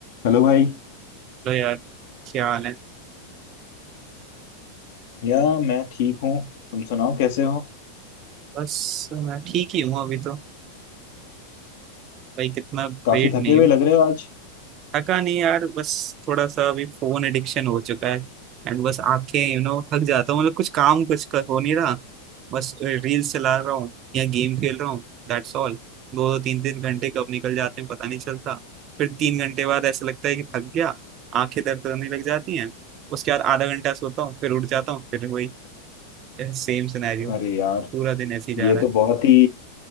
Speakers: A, on the left; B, on the right.
A: Hello भाई
B: Hello यार क्या हाल है
A: या मैं ठीक हूँ तुम सुनाओ कैसे हो
B: बस मैं ठीक ही हूँ अभी तो भाई कितना
A: काफी
B: वेट
A: थके
B: नहीं हूँ
A: हुए लग रहे हो आज
B: थका नहीं यार बस थोड़ा सा अभी फोन एडिक्शन हो चुका है एंड बस आंखें यू नो थक जाता हूँ मतलब कुछ काम कुछ कर, हो नहीं रहा बस रील्स चला रहा हूँ या गेम खेल रहा हूँ दैट्स ऑल दो दो तीन तीन घंटे कब निकल जाते हैं पता नहीं चलता फिर तीन घंटे बाद ऐसा लगता है कि थक गया आंखें दर्द करने लग जाती हैं उसके बाद आधा घंटा सोता हूँ फिर उठ जाता हूँ फिर वही सेम सिनेरियो
A: अरे यार
B: पूरा दिन ऐसे ही जा
A: ये
B: रहा
A: तो बहुत ही